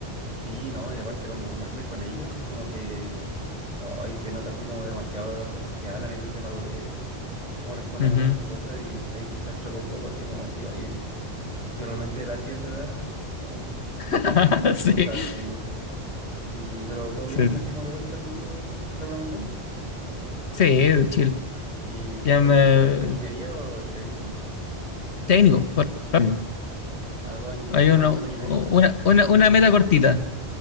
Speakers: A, on the right (about 35°); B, on the left (about 75°).
A: Sí, ¿no? Y aparte cuando conversáis con ellos, como que ay, se nota así como demasiado las cosas que hablan, el nivel de madurez, cómo responden
B: Ujú.
A: algunas cosas y ahí quizás choca un poco así como decir, oye, yo realmente era así a esa edad, como
B: <laughs>
A: cosas así.
B: Sí,
A: Y, pero todo
B: sí,
A: bien así como de vuelta al mundo de la programación.
B: sí, de chill.
A: ¿Y
B: Ya
A: estás
B: me-
A: estudiando la, la ingeniería o el técnico?
B: Técnico, por técnico.
A: Ah, dos añitos,
B: Hay
A: dos
B: una,
A: años, dos años y medio
B: una,
A: creo.
B: una, una meta cortita.